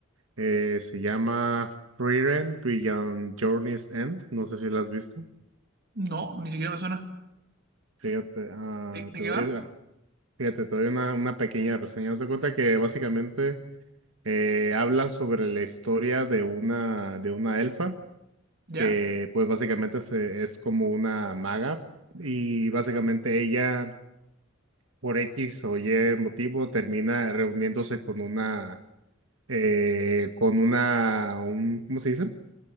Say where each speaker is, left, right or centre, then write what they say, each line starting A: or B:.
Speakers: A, on the right; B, on the right.
A: Eh, se llama Frieren Beyond Journey's End. No sé si la has visto.
B: No, ni siquiera me suena.
A: Fíjate, ah,
B: ¿De, de
A: te
B: qué
A: doy,
B: va?
A: ah, fíjate, te doy una, una pequeña reseña. Haz de cuenta que básicamente Eh, habla sobre la historia de una, de una elfa
B: ¿Ya?
A: que pues básicamente se- es como una maga y básicamente ella por X o Y motivo termina reuniéndose con una, eh, con una, un, ¿cómo se dice?